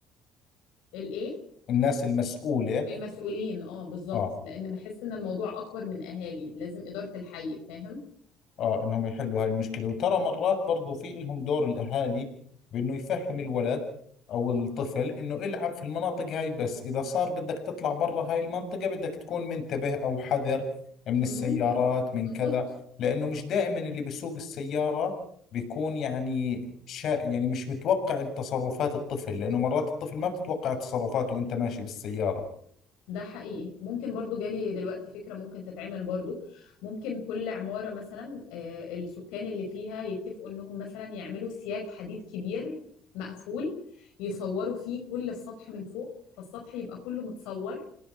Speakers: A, on the left; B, on the left.
A: الإيه؟
B: الناس المسؤولة
A: المسؤولين اه بالظبط
B: اه
A: لأن بحس إن الموضوع أكبر من أهالي لازم إدارة الحي فاهم؟
B: اه انهم يحلوا هاي المشكلة وترى مرات برضو في لهم دور الاهالي بانه يفهم الولد او الطفل انه العب في المناطق هاي بس اذا صار بدك تطلع برا هاي المنطقة بدك تكون منتبه او حذر من السيارات
A: ممكن
B: من
A: بالظبط
B: كذا لانه مش دائما اللي بيسوق السيارة بيكون يعني شا يعني مش متوقع تصرفات الطفل لانه مرات الطفل ما بتتوقع تصرفاته وانت ماشي بالسيارة
A: ده حقيقي ممكن برضو جالي دلوقتي فكرة ممكن تتعمل برضو ممكن كل عمارة مثلا آه، السكان اللي فيها يتفقوا انهم مثلا يعملوا سياج حديد كبير مقفول يصوروا فيه كل السطح من فوق فالسطح يبقى كله متصور